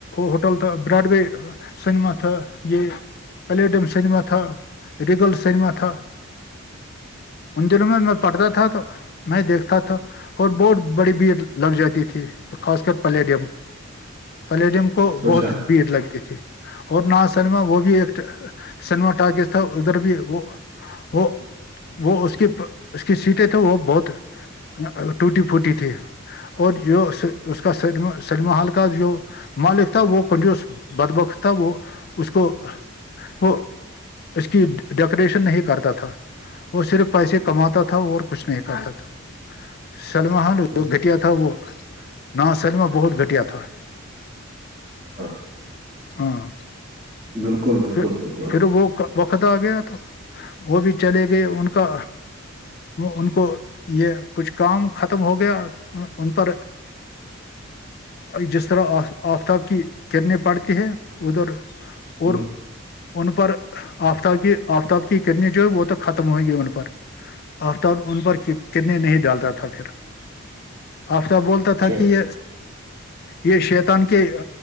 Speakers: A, on the left (about 45°); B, on the right (about 20°).
A: ہوٹل تھا براڈ وے سنیما تھا یہ پلیڈم سنیما تھا ریگل سنیما تھا ان دنوں میں میں پڑھتا تھا تو میں دیکھتا تھا اور بہت بڑی بھیڑ لگ جاتی تھی خاص کر پلیڈیم پلیڈیم کو بہت
B: اچھا
A: بھیڑ لگتی تھی اور نہا سنیما وہ بھی ایک سنیما ٹااک تھا ادھر بھی وہ وہ وہ اس کی اس کی سیٹیں تو وہ بہت ٹوٹی پھوٹی تھی اور جو اس کاا سنیما ہال کا جو مالک تھا وہ کنجو بدبخت تھا وہ اس کو وہ اس کی ڈیکوریشن نہیں کرتا تھا وہ صرف پیسے کماتا تھا اور کچھ نہیں کرتا تھا سلیلمل
B: ہوں،
A: گھٹیا تھا وہ نہ سلما بہت گھٹیا تھا
B: ہاں،
A: ہاں
B: بالکل بالکل
A: پھر
B: بالکل
A: پھر وہ وقت آ گیا تو وہ بھی چلے گئے ان کا ان کو یہ کچھ کام ختم ہو گیا ان پر جس طرح آفتاب کی کرنیں پڑتی ہے ادھر
B: ہوں،
A: اور ان پر آفتاب کی آفتاب کی کرنی جو ہے وہ تو ختم ہوئ گی ان پر آفتاب ان پر کرنے نہیں ڈالتا تھا پھر آفتاب بولتا
B: اچھا
A: تھا کہ یہ شیتان کے